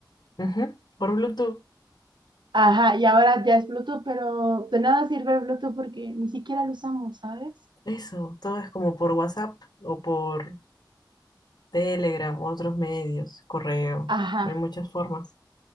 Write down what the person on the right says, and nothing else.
Ajá, y ahora ya es Bluetooth, pero de nada sirve el Bluetooth porque ni siquiera lo usamos, ¿sabes?
Ajá.